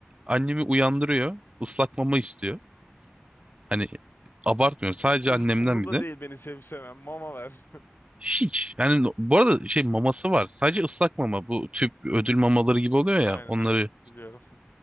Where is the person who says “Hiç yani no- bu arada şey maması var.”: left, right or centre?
Right